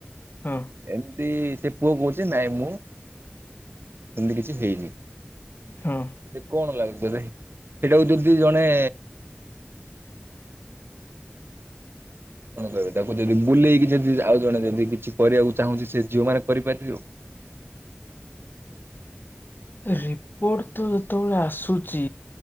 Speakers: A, on the left; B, on the right.
A: ହଁ।
B: ଏମିତି ସେ ପୁଅ କହୁଛି ନାଇଁ ମୁଁ, ସେମିତି କିଛି ହେଇନି।
A: ହଁ
B: ସେ କଣ ଲାଗୁଛି ତତେ? ସେଇଟାକୁ ଦୁ ଦୁ ଜଣେ କଣ କହିବି, ତାକୁ ଯଦି ବୁଲେଇକି ଯଦି ଆଉ ଜଣେ ଯଦି କିଛି କରିବାକୁ ଚାହୁଁଛି। ସେ ଝିଅ ମାନେ କରିପାରିଥିବ?
A: ରିପୋର୍ଟ ତ ଯେତେବେଳେ ଆସୁଚି,